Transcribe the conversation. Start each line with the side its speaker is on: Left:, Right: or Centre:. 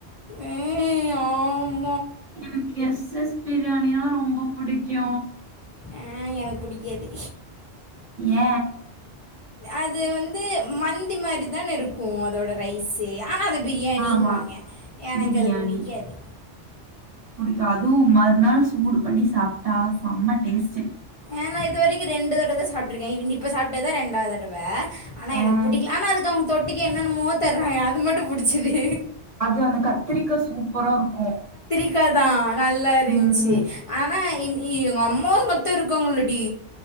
Left: ம் ஆம்
Right: எனக்கு எஸ் எஸ் பிரியா ணியா ரொம்ப பிடிக்கு
Left: ஆ எனக்கு புடிக்காது
Right: ஏ
Left: அது வந்து மந்தி மாரிதான இருக்கு அதோட ரைஸு ஆனா அது பிரியாணின்
Right: ஆமா
Left: வாங்கே எனக்கு
Right: பிரியாணி
Left: அது புடிக்காது
Right: கு அதுவு மறுநாள் சூடு பண்ணி சாப்ட்டா செம்ம டேஸ்டு
Left: ஏ நா இதுரைக்கு ரெண்டு தடவைதா சாப்ட்ருக்கே இப்ப சாப்ட்டதா ரெண்டாவது தடவ ஆனா எனக்கு
Right: ஆ
Left: புடிக்கல ஆனா அதுக்கு அவங் தொட்டிக்க என்னென்ன மோ தர்றாங்க அது மட்டு பிடிச்சிது
Right: அது அந்த கத்திரிக்கா சூப் பரா இருக்கு
Left: கதா நல்லா இருந்ச்சு
Right: ம்
Left: ஆனா இன் ய்யயோ எங்க அம்மா எங்கத்த இருக்காங்களடி